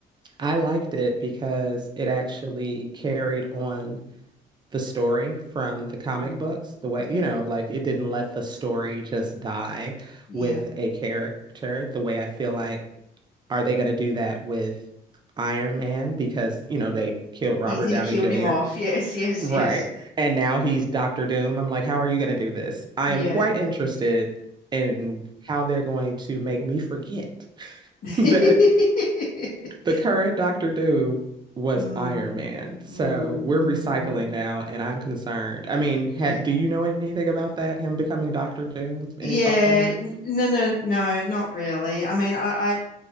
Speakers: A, on the right (about 25°); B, on the left (about 55°).
A: I liked it because it actually carried on the story from the comic
B: Mm.
A: books, the way,
B: Yeah.
A: you know, like it didn't let the story just die
B: Yeah.
A: with a character, the way I feel like, are they going to do that with Iron Man? Because, you know, they killed Robert
B: Easy
A: Downey
B: killed
A: Jr.
B: him off. <laughs> Yes, yes,
A: Right.
B: yes.
A: And now he's Doctor Doom. I'm like, how are you going to do this? I
B: Yeah.
A: am quite interested in how they're going to make me forget <laughs>
B: <laughs>
A: that the current Doctor Doom was
B: Mm,
A: Iron Man. So
B: mm,
A: we're
B: mm,
A: recycling
B: mm.
A: now, and I'm concerned. I mean, had,
B: Yeah.
A: do you know anything about that? Him becoming Doctor Doom?
B: Yeah,
A: Any thoughts on that?
B: n- no, no, no, not really. I mean, I, I